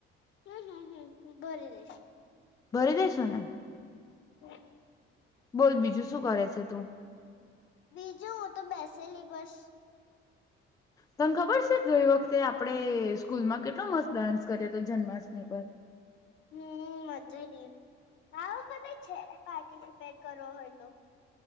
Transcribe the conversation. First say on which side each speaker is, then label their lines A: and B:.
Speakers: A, on the left (about 65°); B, on the left (about 15°).
A: હમ હમ હમ ભરી દઈશું
B: ભરી દઈસું ને?
A: હમ.
B: બોલ બીજું શું કરે છે તું?
A: બીજું હું તો બેસેલી બસ.
B: તને ખબર છે ગઈ વખતે આપડણે સ્કૂલમાં કેટલો મસ્ત ડાન્સ કર્યો તો જન્માષ્ટમી પર?
A: હમ મચેલી આ વખતે જ છે પાર્ટિસિપેટ કરવો હોય તો.